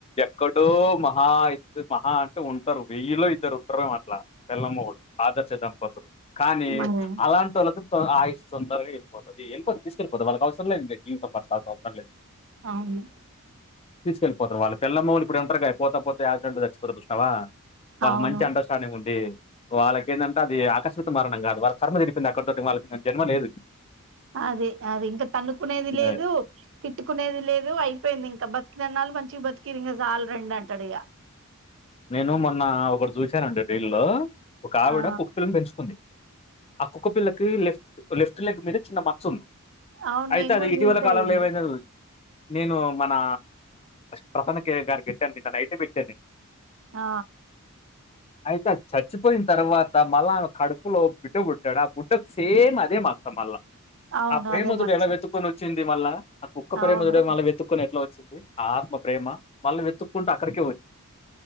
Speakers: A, on the left (about 25°); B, on the right (about 60°).
A: ఎక్క డో మహా ఇ మహా అంటే ఉంటరు వెయ్యిలో ఇద్దరు ఉంట్రరేమో అట్లా పెళ్ళమ్ మొగుడు ఆదర్శ దంపతులు కానీ
B: మరి
A: అలాంటి వోళ్ళకి ఆయుషు తొదరగ వెళ్ళిపోతది ఎళ్ళపోతే తీసుకెళ్ళిపోద్ది వాళ్ళకి అవసరం లేదులే ఈయనతో బతకల్సిన అవసరం లేదు
B: అవును
A: తీసుకెళ్ళిపోతరు వాళ్ళ పెళ్ళం మొగుడు ఇప్పుడు ఉంటరుగ పోతపోతే యాక్సిడెంట్లో చచ్చిపోతారు చూసినావ వాళ్ళ
B: అవును
A: మంచి అండర్స్టాండింగ్ ఉంది వాళ్ళకేంటంటే అది ఆకస్మిక మరణం కాదు వాళ్ కర్మ తిరిపోయింది అక్కడితో వాళ్ళకి ఇంక జన్మ లేదు
B: అదే అది ఇంకా తన్నుకునేది లేదు
A: ఆ,
B: తిట్టుకునేది లేదు అయిపోయింది ఇంకా బతికినన్నాలు మంచిగ బతికిరు ఇంక చాలు రెండి అంటాడు ఇగ
A: నేను మొన్న ఒకటి చూశానండి రీల్లో ఒక ఆవిడ
B: ఆ
A: కుక్కపిల్లను పెంచుకుంది ఆ కుక్కపిల్ల కె లెఫ్ట్ లెఫ్ట్ లెగ్ మీద చిన్న మచ్చ ఉంది
B: అవును
A: అయితే
B: నేను
A: అది
B: కూడా
A: ఇటీవల
B: చూసా
A: కాలంలో
B: ఇది
A: ఏమైందో చూసి నేను మనా ప్రసన్నకె గారికెట్టాను నిన్న నైట్ పెట్టాను
B: ఆ
A: అయితే ఆ చచ్చిపోయిన తర్వాత మళ్ళా ఆమె కడుపులో బిడ్డ పుట్టాడు ఆ బుడ్డ సేమ్ అదే మాసం మళ్ళా
B: అవును
A: ఆ ప్రేమదుడు
B: అదే మచ్చ
A: ఎలా వెతుక్కొని వచ్చింది మళ్ళా ఆ కుక్క ప్రేమదుడు
B: అవును
A: మళ్ళ వె వెతుక్కుని ఎట్లా వచ్చింది ఆత్మ ప్రేమ మళ్ళ వెతుకుంటా అక్కడికే